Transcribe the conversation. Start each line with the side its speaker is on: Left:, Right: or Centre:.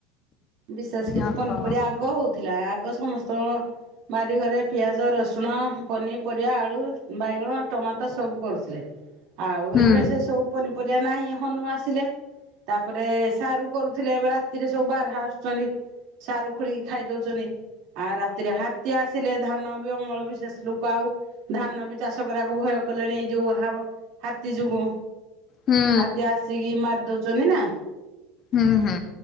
Right: ବିଶେଷ କିଛି
Left: ଓହୋ
Right: ପନିପରିବା ଆଗ ହଉଥିଲା ଆଗ ସମସ୍ତଙ୍କ ବାରିଘରେ ପିଆଜ, ରସୁଣ ପନିପରିବା, ଆଳୁ, ବାଇଗଣ, ଟମାଟୋ ସବୁ କରୁଥିଲେ। ଆଉ
Left: ହୁଁ
Right: ଏବେ ସେ ସବୁ ପନିପରିବା ନାହିଁ ହନୁ ଆସିଲେ। ତାପରେ ସାରୁ କରୁଥିଲେ ଏବେ ରାତିରେ ସବୁ ବାରହା ଛନ୍ତି। ସାରୁ ଖୋଳିକି ଖାଇଦଉ ଆ ରାତିରେ ହାତୀ ଆସିଲେ ଧାନ ବି ଅମଳ ବିଶେଷ ଲୁକ ଆଉ ଧାନ ବି ଚାଷ କରିଆକୁ ଭୟ କଲେଣି ଏଇ ଯୋଉ ହାତୀ ଯୋଗୁ।
Left: ହୁଁ
Right: ହାତୀ ଆସିକି ମାରି ଦଉଚନ୍ତି ନା।
Left: ହୁଁ ହୁଁ,